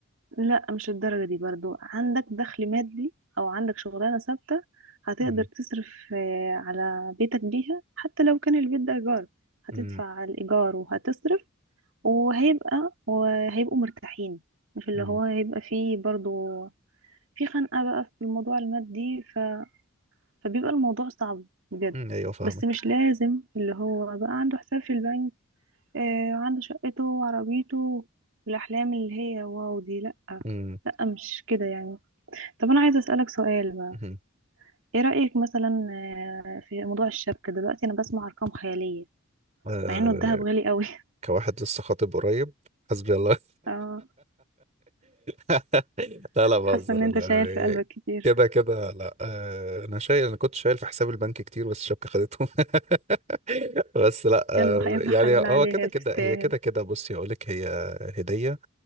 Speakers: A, on the right; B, on the right.
A: لا مش الدرجة دي برضو عندك دخل مادي أو عندك شغلانة ثابتة هتقدر
B: مم.
A: تصرف آه، على بيتك بيها حتى لو كان البيت ده إيجار هتدفع
B: مم.
A: الإيجار وهتصرف وهيبقى وهيبقوا مرتاحين مش اللي
B: مم.
A: هو هيبقى فيه برضو في خنقة بقى في الموضوع المادي ف... فبيبقى الموضوع صعب بجد
B: مم. أيوه فاهمك
A: بس مش لازم اللي هو بقى عنده حساب في البنك آه، وعنده شقته وعربيته والأحلام اللي هي واو دي لا
B: مم.
A: لا مش كده يعني طب انا عايزه اسالك سؤال بقى
B: مم.
A: ايه رايك مثلا آه، في موضوع الشبكه دلوقتي انا بسمع ارقام خياليه
B: آه
A: مع انه الذهب غالي قوي
B: كواحد لسه خاطب قريب حسبي الله
A: <laughs> اه
B: <laughs> لا لا بهزر
A: حاسه ان انت
B: لا
A: شايل في قلبك كتير
B: كده كده لا آه، انا شايل انا كنت شايل في حساب البنك كتير بس الشبكه خدتهم <laughs> بس لا آه،
A: يلا يلا
B: يعني
A: حلال
B: هو
A: عليها
B: كده
A: يلا
B: كده
A: تستاهل
B: هي كده كده بصي اقول لك هي هديه